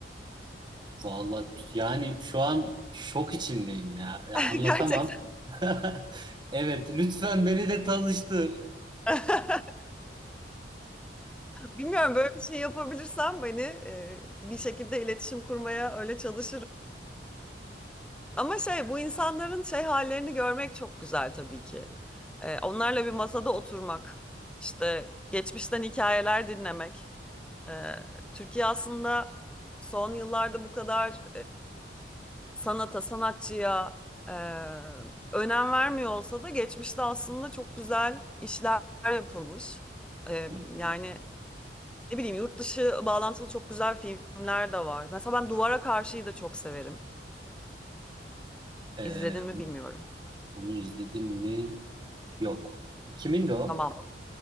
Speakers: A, on the right (about 25°); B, in the centre.
A: Vallahi yani şu an şok içindeyim ya. Ya
B: <laughs>
A: anlatamam.
B: Gerçekten.
A: <laughs> Evet, lütfen beni de tanıştır.
B: <laughs> Bilmiyorum böyle bir şey yapabilirsem beni e, bir şekilde iletişim kurmaya öyle çalışırım. Ama şey bu insanların şey hallerini görmek çok güzel tabii ki. E, onlarla bir masada oturmak, işte geçmişten hikayeler dinlemek. E, Türkiye aslında son yıllarda bu kadar sanata, sanatçıya e, önem vermiyor olsa da geçmişte aslında çok güzel işler yapılmış. E,
A: Hı hı.
B: yani ne bileyim yurt dışı bağlantılı çok güzel filmler de var. Mesela ben Duvara Karşı'yı da çok severim.
A: Ee,
B: İzledin
A: onu,
B: mi bilmiyorum.
A: onu izledim mi? Yok. Kimin de o?
B: Tamam.